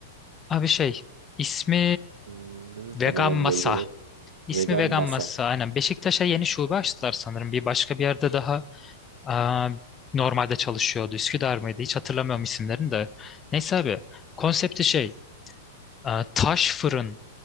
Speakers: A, on the left; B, on the right.
A: Abi şey ismi
B: Hmm, Ne tam
A: Vegan
B: olarak
A: Masa.
B: burgerlar?
A: İsmi
B: Vegan
A: Vegan
B: masa.
A: Masa. Aynen Beşiktaş'a yeni şube açtılar sanırım. Bir başka bir yerde daha e, normalde çalışıyordu. Üsküdar mıydı? Hiç hatırlamıyorum isimlerini de. Neyse abi. Konsepti şey. Ee, taş fırın